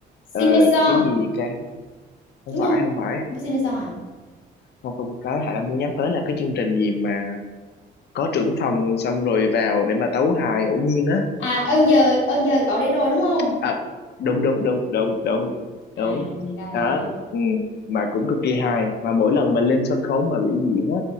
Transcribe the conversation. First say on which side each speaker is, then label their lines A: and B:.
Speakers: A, on the left; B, on the left.
A: ờ,
B: Simmeson
A: cái gì ca không
B: đúng
A: phải
B: không không
A: không phải
B: phải Simpson à
A: không không có Hải đang muốn nhắc tới là cái chương trình gì mà có trưởng phòng xong rồi vào để mà tấu hài ngẫu nhiên á
B: à ơn giờ ơn giờ cậu đi rồi đúng không
A: à, đúng đúng đúng đúng đúng
B: à
A: đúng
B: thì ra là
A: đó
B: cái
A: ừ. mà cũng cực kỳ hài mà mỗi lần mà lên sân khấu mà biểu diễn á